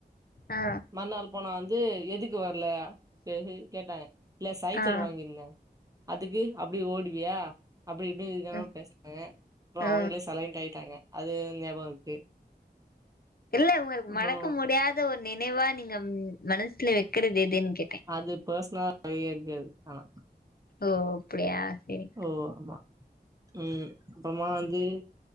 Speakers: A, on the left; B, on the right.
A: ஆ
B: மறுநாள் போனா வந்து எதுக்கு வர்ல <unintelligible> கேட்டாங்க இல்ல சைக்கிள்
A: ஆ
B: வாங்கிருந்தே அதுக்கு அப்டி ஓடுவியா அப்டி இப்டி இதாக
A: அ
B: பேஷ்னாங்க அப்புற
A: ஆ
B: அவுங்களே சைலன்ட் ஆயிட்டாங்க அது ஞாபக இருக்கு
A: இல்ல உங்களுக்கு
B: அப்புறோ
A: மறக்க முடியாத ஒரு நினைவா நீங்க மனசுல வக்கிறது எதுன்னு கேட்டே
B: அது பர்ஷ்னலா <unintelligible> இருக்காது ஆனா
A: ஓ அப்டியா சரி
B: ஓ ஆமா ம் அப்புறமா வந்து